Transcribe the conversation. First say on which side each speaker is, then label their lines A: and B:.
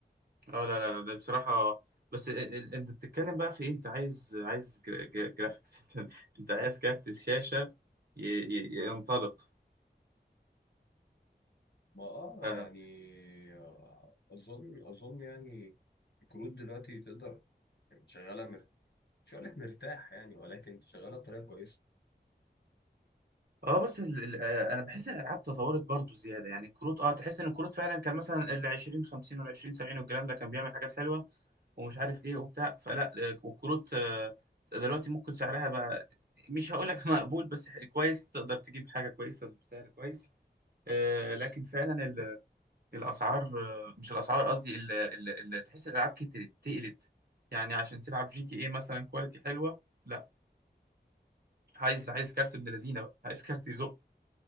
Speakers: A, on the right; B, on the left.
A: اه لا لا لا ده بصراحه آه. بس ال- ال- انت بتتكلم بقى في ايه انت عايز عايز جرا- جرا- جرافيكس <laughs> انت انت عايز كارت شاشه ي- ي- ينطلق
B: ما اه
A: آه.
B: يعني آه، اظن اظن يعني الكروت دلوقتي تقدر يعني شغاله مر... مش هقول لك مرتاح يعني ولكن شغاله بطريقه كويسه
A: اه بس ال ال آه، انا بحس ان الالعاب تطورت برضو زياده يعني الكروت اه تحس ان الكروت فعلا كان مثلا ال 20 50 وال 20 70 والكلام ده كان بيعمل حاجات حلوه ومش عارف ايه وبتاع فلا آه، والكروت آه، دلوقتي ممكن سعرها بقى مش هقول لك <laughs> مقبول بس كويس تقدر تجيب حاجه كويسه بسعر كويس آه، لكن فعلا ال- الاسعار آه، مش الاسعار قصدي ال- ال- ال- تحس الالعاب كترت تقلت يعني عشان تلعب جي تي اي مثلا كواليتي حلوه لا عايز عايز كارت ابن لذينه بقى عايز كارت يزق